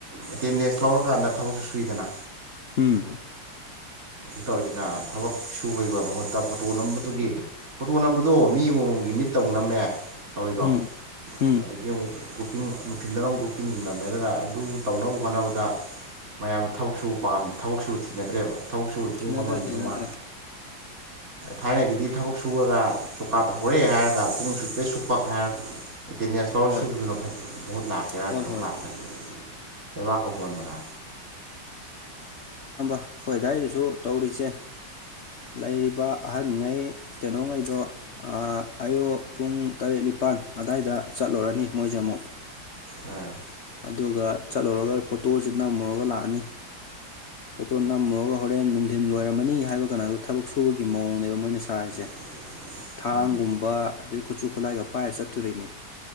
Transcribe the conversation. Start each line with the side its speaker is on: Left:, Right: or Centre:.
Right: ꯑꯦꯇꯦꯟꯗꯦꯟꯁ ꯂꯧꯔꯀꯥꯟꯗ ꯊꯕꯛꯁꯨ ꯁꯨꯏꯗꯅ
Left: ꯎꯝ
Right: ꯇꯧꯔꯤꯁꯤꯅ ꯊꯕꯛ ꯁꯨꯕꯒꯤ ꯃꯍꯨꯠꯇ ꯐꯣꯇꯣ ꯅꯝꯕꯗꯨꯒꯤ ꯐꯣꯇꯣ ꯅꯝꯕꯗꯣ ꯃꯤ ꯑꯃꯃꯝꯒꯤ ꯃꯤꯠ ꯇꯧ ꯅꯝꯃꯦ ꯇꯧꯔꯤꯗꯣ
Left: ꯎꯝ ꯎꯝ
Right: ꯑꯗꯒꯤ ꯑꯃꯨꯛ ꯒ꯭ꯔꯨꯞꯄꯤꯡ ꯅꯨꯡꯊꯤꯤꯟꯗꯔꯝꯛ ꯒ꯭ꯔꯨꯞꯄꯤꯡ ꯉꯝꯃꯦ ꯑꯗꯨꯅ ꯑꯗꯨ ꯇꯧꯅꯕ ꯍꯣꯠꯅꯕꯗ ꯃꯌꯥꯝꯗ ꯊꯕꯛꯁꯨꯝ ꯊꯕꯛꯁꯨ ꯊꯤꯅꯗ꯭ꯔꯦꯕ ꯊꯕꯛꯁꯨ ꯄꯨꯡ
Left: ꯊꯤꯅꯗ꯭ꯔꯦ
Right: ꯑꯃꯅꯤꯅꯤ
Left: ꯊꯤꯅꯗ꯭ꯔꯦ
Right: ꯑꯗꯨ ꯃꯥ ꯊꯥꯏꯅꯒꯤꯗꯤ ꯊꯕꯛ ꯁꯨꯔꯒ ꯆꯣꯀꯥꯔ ꯍꯧꯔꯦ ꯍꯥꯏꯔꯒ ꯄꯨꯡ ꯁꯨꯄꯦ ꯁꯨꯛꯄ ꯍꯥꯏꯔꯒ ꯑꯦꯇꯦꯟꯗꯦꯟꯁ ꯂꯧꯔ
Left: ꯃꯣꯏ
Right: ꯁꯨꯕꯗꯨꯅ ꯐꯩ ꯃꯍꯨꯠ ꯂꯥꯛꯀꯦꯔꯥ
Left: ꯍꯣꯏ
Right: ꯀꯩꯅꯣ
Left: ꯍꯣꯏ
Right: ꯂꯥꯛꯀꯦꯔꯥ ꯂꯩꯕꯥꯛ ꯀꯧꯍꯣꯟꯕꯅ
Left: ꯑꯩꯈꯣꯏꯗꯥꯋꯥꯏꯗꯁꯨ ꯇꯧꯔꯤꯁꯦ ꯂꯩꯔꯤꯕ ꯑꯍꯟꯉꯩ ꯀꯩꯅꯣꯉꯩꯗꯣ ꯑꯌꯨꯛ ꯄꯨꯡ ꯇꯔꯦꯠ ꯅꯤꯄꯥꯜ ꯑꯗꯨꯗꯥꯏꯗ ꯆꯠꯂꯨꯔꯅꯤ ꯃꯣꯏꯁꯦ ꯑꯃꯨꯛ
Right: ꯑꯥ
Left: ꯑꯗꯨꯒ ꯆꯠꯂꯨꯔꯒ ꯐꯣꯇꯣꯁꯤ ꯅꯝꯃꯨꯔꯒ ꯂꯥꯛꯑꯅꯤ ꯄꯣꯠꯇꯣ ꯅꯝꯃꯨꯔꯒ ꯍꯣꯔꯦꯟ ꯅꯨꯡꯊꯤꯟ ꯂꯣꯏꯔꯝꯃꯅꯤ ꯍꯥꯏꯕ ꯀꯅꯥꯗꯣ ꯊꯕꯛ ꯁꯨꯕꯒꯤ ꯃꯑꯣꯡꯅꯦꯕ ꯃꯣꯏꯅ ꯁꯥꯔꯤꯁꯦ
Right: <inaudible> ꯎꯝ
Left: ꯊꯥꯡꯒꯨꯝꯕ ꯑꯗꯨꯗꯩ ꯈꯨꯠꯁꯨ ꯈꯨꯠꯂꯥꯏꯒ ꯄꯥꯏꯔꯒ ꯆꯠꯇꯣꯔꯤꯩꯅꯤ